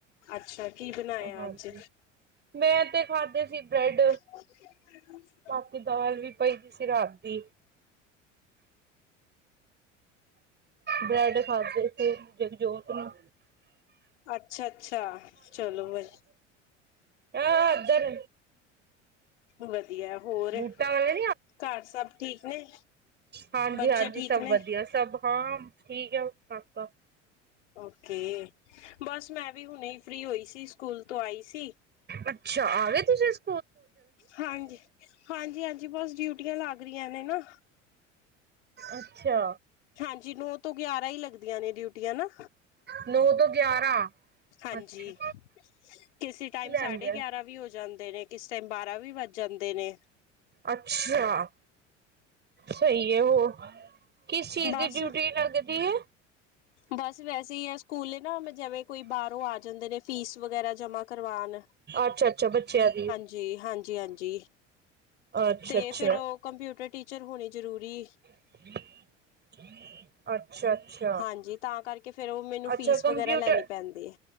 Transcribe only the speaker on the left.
ਅੱਛਾ, ਕੀ ਬਨਾਇਆ
ਅੱਜ
<unintelligible>
ਅੱਛਾ-ਅੱਛਾ, ਚਲੋ ਵਧ
ਵਧੀਆ, ਹੋਰ
ਘਰ ਸਭ ਠੀਕ ਨੇ?
ਬੱਚੇ ਠੀਕ
ਨੇ
ਓਕੇ, ਬਸ ਮੈਂ ਵੀ ਹੁਣੇ ਈ ਫ੍ਰਰੀ ਹੋਈ ਸੀ, ਸਕੂਲ ਤੋਂ ਆਈ ਸੀ।
ਹਾਂਜੀ, ਹਾਂਜੀ-ਹਾਂਜੀ, ਬਸ ਡਿਊਟੀਆਂ ਲੱਗ ਰ‌ੀਆਂ ਨੇ ਨਾ।
ਹਾਂਜੀ, ਨੋ ਤੋਂ ਗਿਆਰਾਂ ਈ ਲੱਗਦੀਆਂ ਨੇ ਡਿਊਟੀਆਂ ਨਾ।
ਹਾਂਜੀ,
ਕਿਸੇ ਟਾਈਮ
ਸਾਢੇ
ਗਿਆਰਾਂ ਵੀ ਹੋ ਜਾਂਦੇ ਨੇ। ਕਿਸ ਟਾਈਮ ਬਾਰਾਂ ਵੀ ਵੱਜ ਜਾਂਦੇ ਨੇ।
ਬਸ
ਬਸ ਵੈਸੇ ਈ ਆ, ਸਕੂਲੇ ਨਾ ਜਿਵੇਂ ਕੋਈ ਬਾਹਰੋਂ ਆ ਜਾਂਦੇ ਨੇ ਫੀਸ ਵਗੈਰਾ ਜਮਾ ਕਰਵਾਣ।
ਤੇ ਹਾਂਜੀ-ਹਾਂਜੀ,
ਤੇ
ਫੇਰ ਉਹ ਕੰਪਿਊਟਰ ਟੀਚਰ ਹੋਣੀ ਜ਼ਰੂਰੀ
ਹਾਂਜੀ ਤਾਂ ਕਰਕੇ ਫੇਰ ਉਹ ਮੈਨੂੰ ਫੀਸ
ਵਗੈਰਾ ਲੈਣੀ ਪੈਂਦੀ ਐ।